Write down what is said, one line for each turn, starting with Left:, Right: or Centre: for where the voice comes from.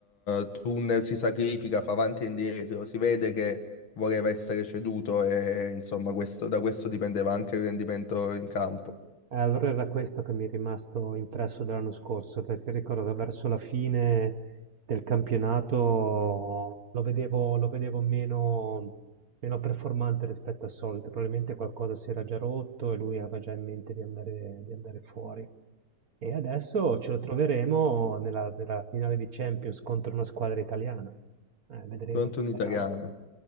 Left: eh, tunnel, si sacrifica, fa avanti e indietro, si vede che voleva essere ceduto e insomma questo- da questo dipendeva anche il rendimento in campo.
Right: Eh, Allora era questo che mi è rimasto impresso dell'anno scorso, perché ricordo che verso la fine del campionato lo vedevo, lo vedevo meno, meno performante rispetto al solito, probabilmente qualcosa si era già rotto e lui aveva già in mente di andare, di andare fuori. E adesso ce lo troveremo nella, nella finale di Champions contro una squadra italiana. Eh, vedremo
Left: Pronto
Right: se
Left: un'italiana.
Right: sarà,